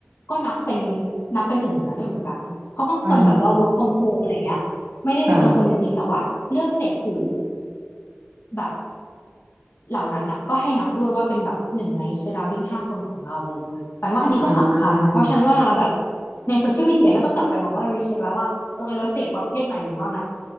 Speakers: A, on the left; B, on the right.
A: ก็นับเป็นนับเป็นหนึ่งนั้นด้วยเหมือนกัน เพราะบางคนแบบว่า
B: อ่าฮะ
A: work from home อะไรเงี้ยไม่ได้ไปเจอคนจริงๆแต่ว่าเลือกเสพสื่อ
B: ค่ะ
A: แบบเหล่านั้นอ่ะก็ให้นับด้วยว่าเป็นแบบหนึ่งใน surrounding ห้าคนของเราอะไรเลยนะปันว่าอันนี้ก็สำคัญเพราะฉันว่าแบบ
B: อ่า
A: ในโซเชียลมีเดียก็ต้องกลับไปแบบว่ารีเช็คแล้วว่าเออเราเสพประเภทไหนอยู่บ้างนะ